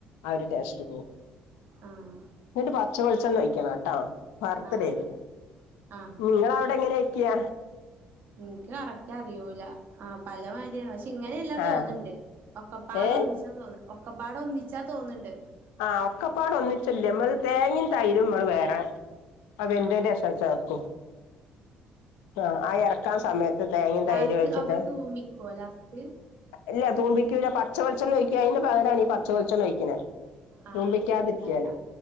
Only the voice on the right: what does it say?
ആഹ്
ആഹ് ആഹ് ആഹ്
എനിക്ക് കറക്റ്റ് അറിയൂല ആഹ് പലമാതിരിയാണ് പഷേ ഇങ്ങനെയല്ലാ
തോന്ന്ണ്ട്. ഒക്കപ്പാട
ഒന്നിച്ചാ തോന്ന് ഒക്കെപ്പാട ഒന്നിച്ചാ തോന്നുണ്ട്.
ആഹ്
ആഹ്
ലാസ്റ്റ്
അപ്പൊ തൂമിക്കോ ലാസ്റ്റ്
ആഹ്
തൂമിക്കണ്ട